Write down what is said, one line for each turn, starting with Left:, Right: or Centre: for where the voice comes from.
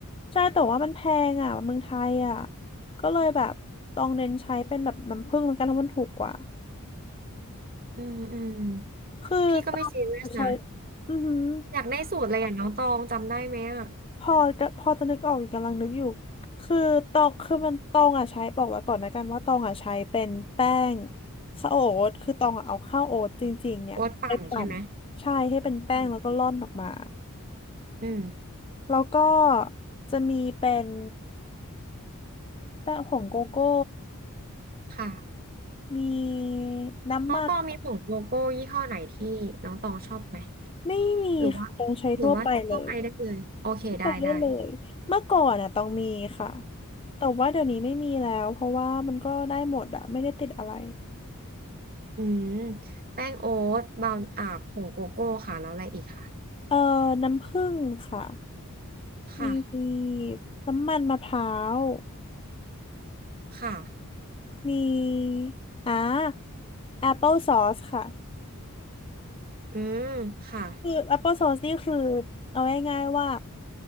Left: ใช่แต่ว่ามันแพงอะเมืองไทยอะก็เลยแบบต้องเน้นใช้เป็นแบบน้ำผึ้งแล้วกันเพราะมันถูกกว่า
Right: อืมอืม
Left: คือตอนจะใช้
Right: พี่ก็ไม่ซีเรียสนะ
Left: อือหือ
Right: อยากได้สูตรเลยอ่ะน้องตองจำได้ไหมอ่ะ
Left: พอก็พอจะนึกออกอยู่กำลังนึกอยู่คือตองคือมันตองอ่ะใช้บอกไว้ก่อนนะกันว่าตองอ่ะใช้เป็นแป้งข้าวโอ๊ตคือตองอ่ะเอาข้าวโอ๊ตจริงๆเนี่ยไปปั่น
Right: โอ๊ตปั่นใช่ไหม
Left: ใช่ให้เป็นแป้งแล้วก็ร่อนออกมา
Right: อืมอืม
Left: แล้วก็จะมีเป็นแป้งผงโกโก้
Right: ค่ะ
Left: มีน้ำมัน
Right: น้องตองมีผงโกโก้ยี่ห้อไหนที่น้องตองชอบไหม
Left: ไม่มีค่ะตองใช้ทั่วไปเลย
Right: หรือว่าหรือว่าทั่วไปได้เลยโอเคได้ได้
Left: ทั่วไปได้เลยเมื่อก่อนอ่ะตองมีค่ะแต่ว่าเดี๋ยวนี้ไม่มีแล้วเพราะว่ามันก็ได้หมดอ่ะไม่ได้ติดอะไร
Right: อืมแป้งโอ๊ตบราวน์อ่าผงโกโก้ค่ะแล้วอะไรอีกค่ะ
Left: เอ่อน้ำผึ้งค่ะ
Right: ค่ะ
Left: มีน้ำมันมะพร้าว
Right: ค่ะ
Left: มีอ่าแอปเปิลซอสค่ะ
Right: อืมค่ะ
Left: คือแอปเปิลซอสนี่คือเอาง่ายๆว่า